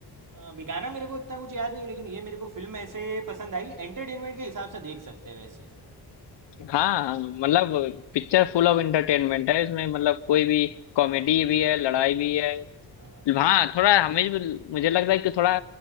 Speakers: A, on the right; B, on the left.
A: हाँ भी गाना मेरे को इतना कुछ याद नहीं लेकिन ये मेरे को फिल्म ऐसे पसंद आई एंटरटेनमेंट के हिसाब से देख सकते हैं वैसे
B: हाँ मतलब पिक्चर फुल ऑफ एंटरटेनमेंट है इसमें मतलब कोई भी कॉमेडी भी है लड़ाई भी है
A: हाँ
B: हाँ थोड़ा हमें भी- मुझे लगता है कि थोड़ा